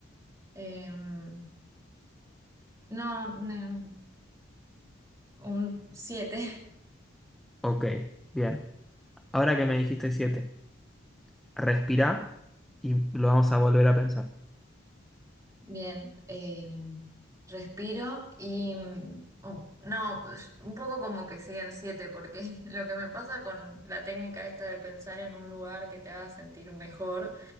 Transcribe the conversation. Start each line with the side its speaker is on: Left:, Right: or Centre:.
Right: Em, no, ne- Un siete <laughs>
Centre: Ok, bien. Ahora que me dijiste 7, respirá y lo vamos a volver a pensar.
Right: Bien. em, respiro y... mm, oh, no, es un poco como que siguen 7 porque <laughs> lo que me pasa con la técnica esta de pensar en un lugar que te haga sentir mejor,